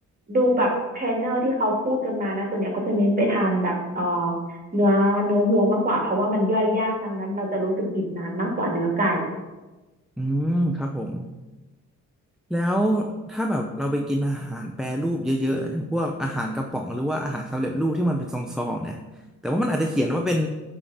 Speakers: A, on the right; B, in the centre.
A: ดูแบบเทรนเนอร์ที่เขาพูดกันมานะส่วนใหญ่เขาจะเน้นไปทานแบบเอ่อเนื้อเนื้อวัวมากกว่าเพราะว่ามันย่อยยากดังนั้นเราจะรู้สึกอิ่มนานมากกว่าเนื้อไก่
B: อืมครับผมแล้วถ้าแบบเราไปกินอาหารแปรรูปเยอะๆอย่างพวกอาหารกระป๋องหรือว่าอาหารสำเร็จรูปที่มันเป็นซองๆเนี่ยแต่ว่ามันอาจจะเขียนว่าเป็น